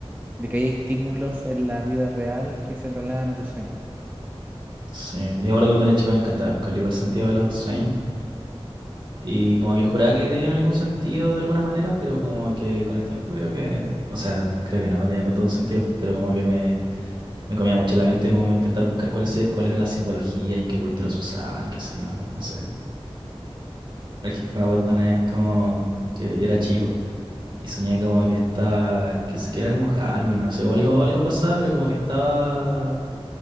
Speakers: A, on the right; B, on the right.
A: de que hay estímulos en la vida real que se trasladan a tu sueño.
B: Sí, y ahora cuando era chico me encantaba buscarle igual sentido a los sueños. Y como que juraba que tenían algún sentido de alguna manera, pero como que con el tiempo creo que, o sea, creo que no tenía tanto sentido, pero como que me, me comía mucho la mente como intentar buscar cuál, es, cuál era la simbología y en qué cultura se usaban y qué sé yo, no sé. Por ejemplo, me acuerdo una vez como que era chico y soñé como que estaba, que, se- que era como Halloween, no sé, o algo, algo pasaba, pero como que estaba